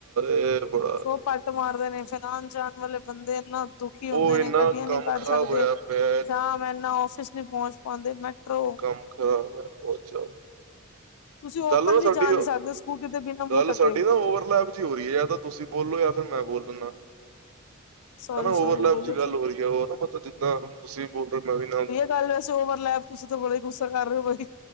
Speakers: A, on the right; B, on the left.
A: ਫੇਰ ਬੜਾ
B: ਸੋ ਪੱਟ ਮਾਰਦੇ ਨੇ ਫਨਾਉਣ ਜਾਣ ਵਾਲੇ ਬੰਦੇ ਇਨਾ ਦੁਖੀ ਹੁੰਦੇ
A: ਓ
B: ਨੇ
A: ਇੰਨਾ
B: ਗੱਡੀਆਂ
A: ਕੰਮ
B: ਨਹੀਂ ਕੱਢ
A: ਖ਼ਰਾਬ
B: ਸਕਦੇ
A: ਹੋਇਆ ਪਿਆ
B: ਜਾਂ ਮੈਨਾ ਫਿਸ ਨਹੀਂੀ ਪਹੁੰਚ ਪਾਉਂਦੇ ਮੈਟਰੋ
A: ਕਮ ਖਰਾ ਚ
B: ਤੁਸੀਂ ਓਪਨਲੀ
A: ਗੱਲ ਨਾ ਸਾਡੀ
B: ਜਾ ਨਹੀਂ ਸਕਦੇ ਸਕੂਟੀ ਤੇ ਬਿਨਾਂ ਮੂੰਹ
A: ਗੱਲ
B: ਟਕੇ
A: ਸਾਡੀ ਨਾ ਓਵਰਲੈਪ ਹੋ ਰਹੀ ਹੈ ਯਾਰ ਤਾਂ ਤੁਸੀਂ ਬੋਲੋ ਜਾਂ ਫਿਰ ਮੈਂ ਬੋਲ ਦਿੰਦਾ
B: ਸੋਰੀ
A: ਹਨਾ
B: ਸੋਰੀ
A: ਓਵਰਲੈਪ
B: ਬੋਲੋ
A: ਚ ਗੱਲ
B: ਜੀ
A: ਹੋ ਰਹੀ ਹੈ ਉਹ ਨਾ ਮਤਲਬ ਜਿੱਦਾਂ ਤੁਸੀਂ ਬੋਲ ਰਹੇ ਮ ਵੀ ਨ,
B: ਕੱਲ ਵੈਸ ਓਵਰਲੈਪ ਤੁਸੀਂ ਤਾਂ ਬੜਾ ਗੁੱਸਾ ਕਰ ਰਹੇ ਹੋ ਬਾਈ